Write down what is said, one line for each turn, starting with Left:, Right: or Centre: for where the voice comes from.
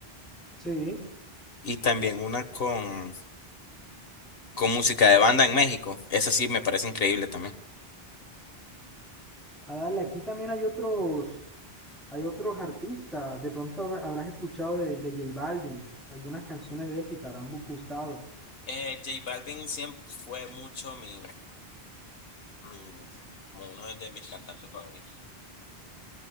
Centre: Sí,
Left: Y también una con con música de banda en México. Eso sí me parece increíble también.
Centre: a darle, aquí también hay otros, hay otros artistas. De pronto habr- habrás escuchado de, de J Balvin, algunas canciones de él si te habrán bu- gustado.
Left: Eh, J Balvin siempre fue mucho mi, mi, como uno de mis cantantes favoritos.